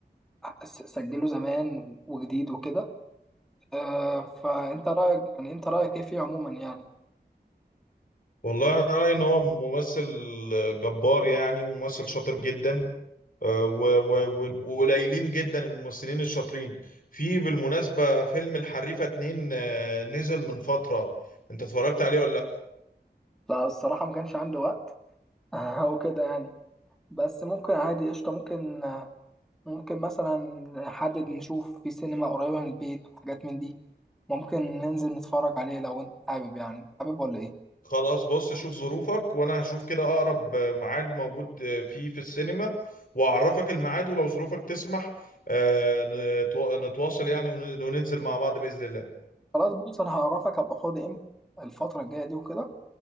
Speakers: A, in the centre; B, on the left.
A: س- سجله زمان وجديد وكده آه، فانت رايك يعني انت رايك ايه فيه عموما يعني
B: والله انا رايي ان هو ممثل جبار يعني وممثل شاطر جدا آه، و- و- و- وقليلين جدا الممثلين الشاطرين في بالمناسبه فيلم الحريفه اتنين آه، نزل من فتره انت اتفرجت عليه ولا
A: لا الصراحه ما كانش عندي وقت <laughs> وكده يعني بس ممكن عادي قشطه ممكن آه، ممكن مثلا نحدد نشوف في سينما قريبه من البيت وحاجات من دي ممكن ننزل نتفرج عليه لو انت حابب يعني حابب ولا ايه
B: خلاص بص شوف ظروفك وانا هشوف كده اقرب ميعاد موجود فيه في السينما واعرفك الميعاد ولو ظروفك تسمح آه، نتوا- نتواصل يعني ون- وننزل مع بعض بإذن الله
A: خلاص بص انا هعرفك هبقى فاضي امتى الفتره الجايه دي وكده